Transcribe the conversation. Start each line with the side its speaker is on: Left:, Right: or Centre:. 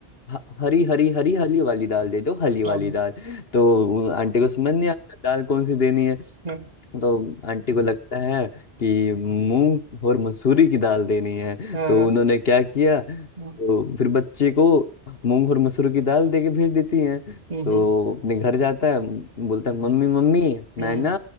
Left: ह- हरी हरी हरी हली वाली दाल दे दो हली वाली
Right: हाँ,
Left: दाल तो वो आंटी को समझ नहीं आता दाल कौन सी देनी है
Right: हाँ,
Left: तो आंटी को लगता है कि मूंग और मसूरी की दाल देनी है
Right: हाँ,
Left: तो उन्होंने क्या किया
Right: हम्म,
Left: तो फिर बच्चे को मूंग और मसूरी की दाल दे के भेज देती हैं
Right: हम्म,
Left: तो अपने घर जाता है म- बोलता है मम्मी मम्मी
Right: हम्म,
Left: मैं ना